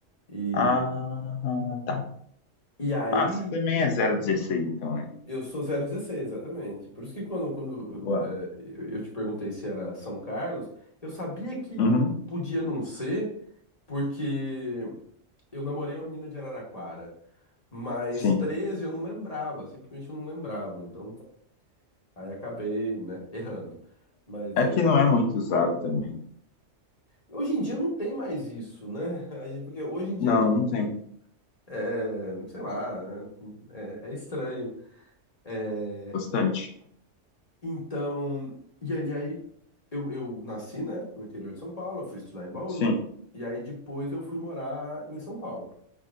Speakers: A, on the left; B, on the left.
A: E,
B: Ah, tá.
A: e aí,
B: Ah, você também é zero dezesseis, então é.
A: eu sou zero dezesseis exatamente. Por isso que quando, quando
B: Boa.
A: eh, eu, eu te perguntei se era São Carlos, eu sabia que
B: Uhum,
A: podia não ser, porque eu namorei uma menina de Araraquara, mas
B: sim.
A: 13 eu não lembrava, simplesmente eu não lembrava. Então, aí acabei, né, errando. Mas
B: É
A: é,
B: que não é muito usado também.
A: hoje em dia não tem mais isso, né? <laughs> Aí, porque hoje em dia
B: Não,
A: tudo
B: não tem.
A: é, sei lá, é, é é estranho. É,
B: Bastante.
A: então, e aí, e aí eu, eu nasci, né, no interior de São Paulo, eu fui estudar em Bauru,
B: Sim,
A: e aí depois eu fui morar em São Paulo.